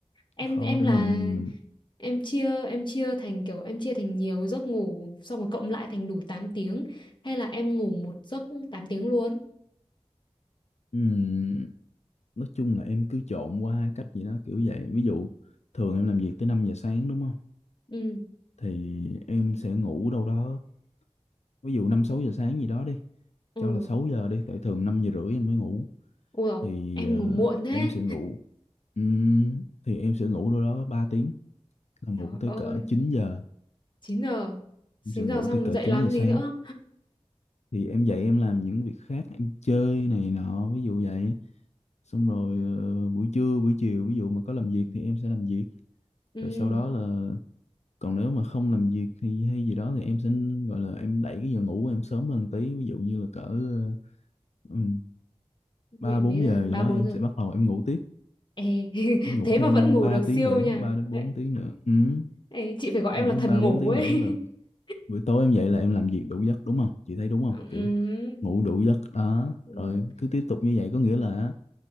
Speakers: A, on the left; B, on the left.
A: em
B: khó
A: em
B: để
A: là
B: mình mình
A: em chia em chia thành kiểu em chia thành nhiều giấc ngủ xong rồi cộng lại thành đủ 8 tiếng hay là em ngủ một giấc tám tiếng luôn
B: ừm, nói chung là em cứ trộn qua hai cách gì đó kiểu vậy. Ví dụ thường em làm việc tới 5 giờ sáng đúng không?
A: ừ
B: Thì em sẽ ngủ đâu đó, ví dụ 5 6 giờ sáng gì đó đi,
A: ừ
B: cho là 6 giờ đi, tại thường 5 giờ rưỡi em mới ngủ
A: ui rồi
B: thì
A: em
B: ờ,
A: ngủ muộn thế
B: em sẽ ngủ Ừm, thì em sẽ ngủ đâu đó ba tiếng là ngủ
A: trời
B: tới
A: ơi
B: cỡ chín giờ
A: 9 giờ 9
B: em sẽ ngủ
A: giờ xong
B: tới cỡ
A: dậy
B: 9
A: làm
B: giờ sáng
A: gì nữa
B: thì em dậy em làm những việc khác em chơi này nọ ví dụ vậy xong rồi ờ, buổi trưa buổi chiều ví dụ mà có làm việc thì em sẽ làm việc
A: ừ
B: rồi sau đó là còn nếu mà không làm việc thì hay gì đó thì em sẽ gọi là em đẩy cái giờ ngủ của em sớm hơn tí ví dụ như là cỡ ờ, ừm,
A: vậy
B: ba
A: mấy
B: bốn
A: giờ
B: giờ gì
A: ba
B: đó
A: bốn
B: em
A: giờ
B: sẽ bắt đầu em ngủ tiếp
A: ê <laughs>
B: em ngủ
A: thế
B: thêm
A: mà vẫn ngủ
B: ba
A: được
B: tiếng
A: siêu
B: nữa
A: nha
B: ba đến
A: đấy
B: bốn tiếng nữa Ừm,
A: ê, chị phải gọi em
B: em ngủ
A: là
B: thêm
A: thần
B: 3
A: ngủ
B: 4 tiếng
A: ấy
B: nữa là
A: <laughs>
B: buổi tối em dậy là em làm việc đủ giấc đúng không chị thấy đúng không
A: ừ,
B: kiểu ngủ đủ giấc đó
A: đúng
B: rồi cứ tiếp tục như vậy có
A: Ừ,
B: nghĩa là